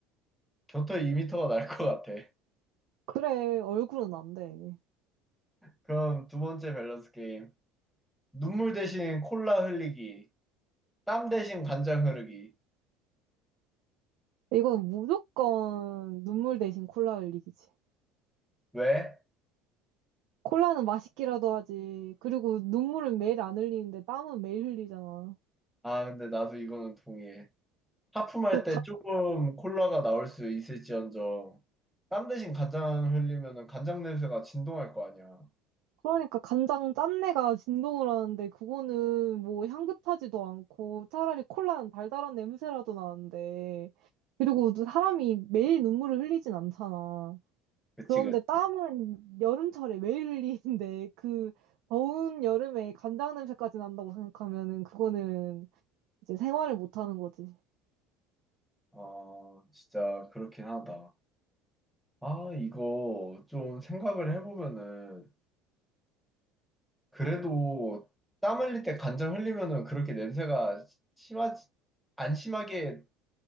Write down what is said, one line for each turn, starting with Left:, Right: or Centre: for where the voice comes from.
Centre: 곁털 2m가 날 것 같아.
Right: 그래, 얼굴은 안 돼.
Centre: 그럼 두 번째 밸런스 게임. 눈물 대신 콜라 흘리기. 땀 대신 간장 흐르기.
Right: 이건 무조건 눈물 대신 콜라 흘리기지.
Centre: 왜?
Right: 콜라는 맛있기라도 하지. 그리고 눈물은 매일 안 흘리는데 땀은 매일 흘리잖아.
Centre: 아, 근데 나도 이거는 동의해. 하품할
Right: 그
Centre: 때 조금 콜라가 나올 수 있을지언정, 땀 대신 간장 흘리면은 간장 냄새가 진동할 거 아니야.
Right: 그러니까 간장 짠내가 진동을 하는데 그거는 뭐 향긋하지도 않고 차라리 콜라는 달달한 냄새라도 나는데 그리고 또 사람이 매일 눈물을 흘리진 않잖아.
Centre: 그치,
Right: 그런데
Centre: 그치.
Right: 땀은 여름철에 매일 흘리는데 그 더운 여름에 간장 냄새까지 난다고 생각하면은 그거는 이제 생활을 못 하는 거지.
Centre: 어, 진짜 그렇긴 하다. 아, 이거 좀 생각을 해보면은, 그래도 땀 흘릴 때 간장 흘리면은 그렇게 냄새가 심하지, 안 심하게